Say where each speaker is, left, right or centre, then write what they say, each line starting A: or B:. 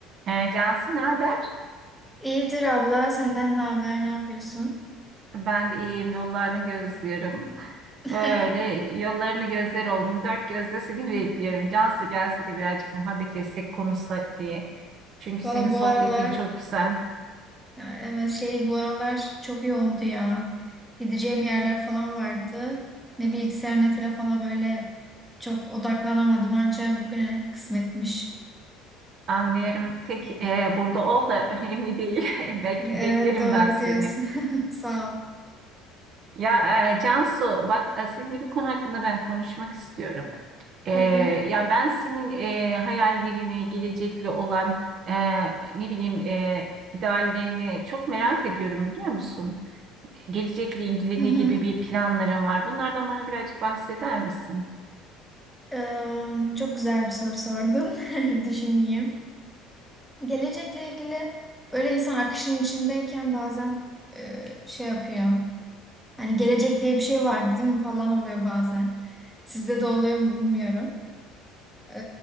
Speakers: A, on the right; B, in the centre.
A: E, Cansu ne haber?
B: İyidir abla, senden ne haber, ne yapıyorsun?
A: Ben de iyiyim. Yollarını gözlüyorum.
B: <laughs>
A: Böyle yollarını gözler oldum. Dört gözle seni bekliyorum. Cansu gelse de birazcık muhabbet etsek, konuşsak diye. Çünkü
B: Valla
A: senin sohbetin
B: bu aralar,
A: çok güzel.
B: ya evet şey bu aralar çok yoğundu ya. Gideceğim yerler falan vardı. Ne bilgisayar ne telefona böyle çok odaklanamadım anca bugüne kısmetmiş.
A: Anlıyorum. Tek e, burada ol da <laughs> önemli değil. <laughs> Bek,
B: Evet
A: beklerim
B: doğru
A: ben seni.
B: diyorsun. <laughs> Sağ ol.
A: Ya e, Cansu bak e, seninle bir konu hakkında ben konuşmak istiyorum. Ee,
B: Tabii.
A: ya ben senin e, hayallerini, gelecekle olan e, ne bileyim e, ideallerini çok merak ediyorum biliyor musun? Gelecekle ilgili
B: Hı
A: ne
B: hı.
A: gibi bir planların var? Bunlardan bana birazcık bahseder misin?
B: Eee, çok güzel bir soru sordun. <laughs> Düşüneyim. Gelecekle ilgili böyle insan akışın içindeyken bazen eee, şey yapıyor. Hani gelecek diye bir şey vardı değil mi falan oluyor bazen. Sizde de oluyor mu bilmiyorum. Ee,